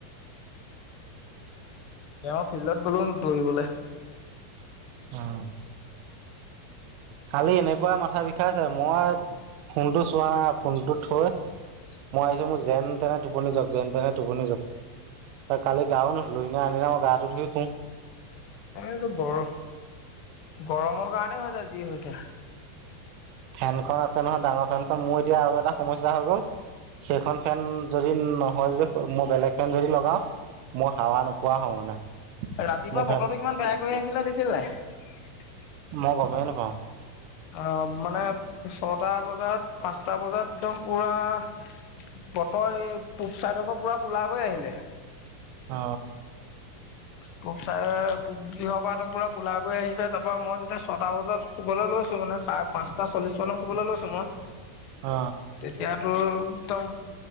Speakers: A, on the left; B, on the right.
A: এতিয়া মই ফিল্ডত গ'লো দৈৰিবলে-
B: অ- কালি এনেকোৱা মাথা বিষাইছে মই ফোনটো চোৱা নাই ফোনটো থৈ- মই আহিছো মোৰ যেন তেনে টোপনি যাওক যেন তেনে টোপনি যাওক- ত কালি গাও নুধুলো আনদিনা মই গাটো ধুই শুও -
A: এইটো গৰ গৰমৰ কাৰণে হৈছে যি হৈছে-
B: ফেনখন আছে নহয় ডাঙৰ ফেনখন মোৰ এতিয়া আৰু এটা সমস্যা হৈ গ'ল- সেইখন ফেন যদি নহয় যদি মই বেলেগ ফেন যদি লগাও- মই হাৱা নোপোৱা হওঁ মানে
A: অ ৰাতিপুৱা
B: মোৰ ফেন
A: বতৰটো কিমান বেয়া কৰি আহিছিলে দে- ছিলি নাই-
B: মই গমেই নাপাও-
A: অহ মানে ছয়টা বজাত পাঁচটা বজাত একদম পুৰা- বতৰ এই পূব চাইডৰ পৰা পুৰা কোলা হৈ আহিলে-
B: অ
A: পূব চা দিশৰ পৰা একদম পুৰা কোলা কৰি আহিছে তাৰপৰা মই যেতিয়া ছটা বজাত শুবলৈ লৈছো - মানে চাৰে পাঁচটা চল্লিশ মানৰ শুবলৈ লৈছোঁ মই
B: অ
A: তেতিয়াতো! একদম